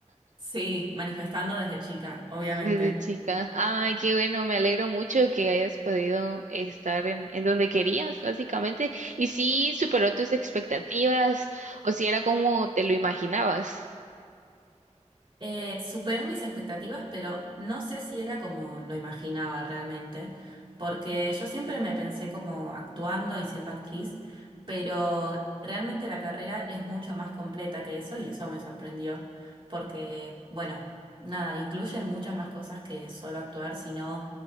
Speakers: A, on the right; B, on the right.
A: Sí, manifestando desde chica, obviamente.
B: Desde chica. Ay, qué bueno, me alegro mucho que hayas podido estar en, en donde querías, básicamente. Y si superó tus expectativas o si era como te lo imaginabas.
A: Eh, superó mis expectativas, pero no sé si era como lo imaginaba realmente, porque
B: Ujú.
A: yo siempre me pensé como actuando y siendo actriz, pero realmente la carrera es mucho más completa que eso y eso me sorprendió, porque, bueno, nada, incluye muchas más cosas que solo actuar, sino